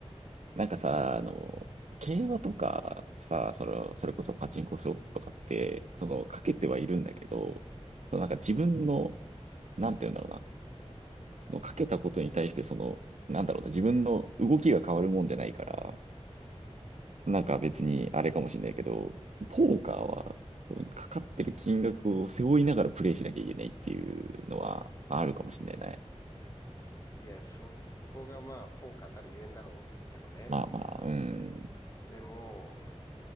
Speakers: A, on the right (about 75°); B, on the left (about 25°).
A: なんかさ、あの、競馬とかさ、それ、それこそパチンコスロットとかって、その、かけてはいるんだけど、そのなんか自分の、なんて言うんだろうな、そのかけたことに対して、その、なんだろうな、自分の動きが変わるもんじゃないから、なんか別にあれかもしれないけど、ポーカーは、そのかかってる金額を背負いながらプレイしなきゃいけないっていうのはあるかもしれないね。
B: いや、そこがまあ、ポーカーたるゆえんだろうけどね。
A: まあまあ、うん、
B: でも、